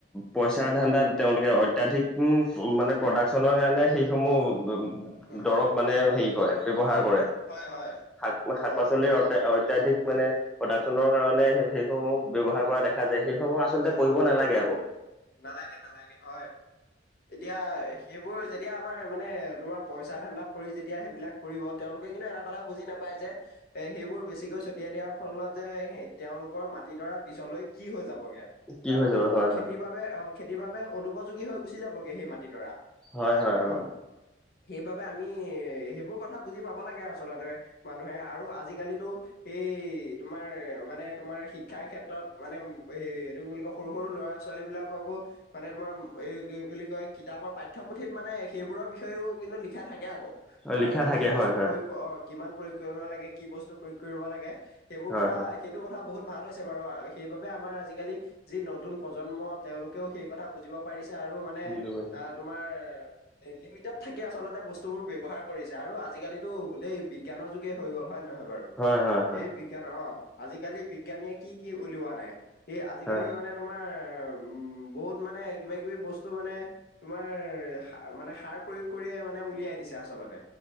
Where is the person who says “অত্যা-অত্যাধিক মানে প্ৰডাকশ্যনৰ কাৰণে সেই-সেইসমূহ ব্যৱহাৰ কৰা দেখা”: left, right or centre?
Centre